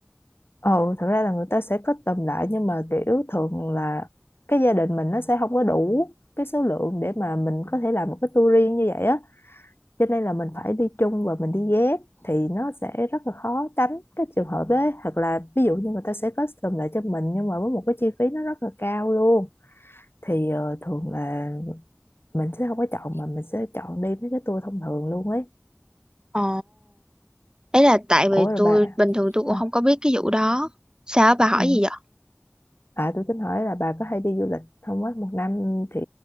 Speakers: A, on the left (about 70°); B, on the right (about 20°).
A: Ồ, thật ra là người ta sẽ kết tầm lại nhưng mà kiểu thường là cái gia đình mình nó sẽ không có đủ cái số lượng để mà mình có thể làm một cái tour riêng như vậy á cho nên là mình phải đi chung và mình đi ghép thì nó sẽ rất là khó tránh cái trường hợp đấy hoặc là ví dụ như người ta sẽ kết tầm lại cho mình nhưng mà với một cái chi phí nó rất là cao luôn thì ờ, thường là mình sẽ không có chọn mà mình sẽ chọn đi mấy cái tour thông thường luôn ấy
B: Ồ. ấy là tại
A: ủa
B: vì
A: rồi
B: tôi
A: bà
B: bình thường tôi
A: hả?
B: cũng không có biết cái vụ đó sao bà hỏi
A: ừ.
B: gì vậy
A: À, tôi tính hỏi là bà có hay đi du lịch không á? Một năm thì